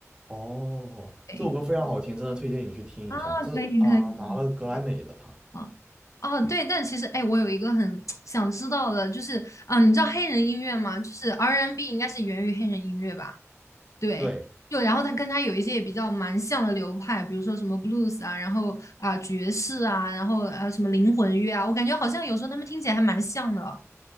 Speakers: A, on the right; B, on the left.
A: 哦，
B: 对
A: 这首歌非常好听，真的推荐你去听一下。
B: 啊，
A: 这啊，
B: 可以可以。
A: 拿了格莱美的她。
B: 啊哦，对，但其实哎，我有一个很 <tsk> 想知道的，就是啊，你知道黑人音乐吗？就是 R&B n 应该是源于黑人音乐吧？对，
A: 对，
B: 就然后它跟它有一些也比较蛮像的流派，比如说什么 blues 啊，然后啊爵士啊，然后啊什么灵魂乐啊，我感觉好像有时候他们听起来还蛮像的。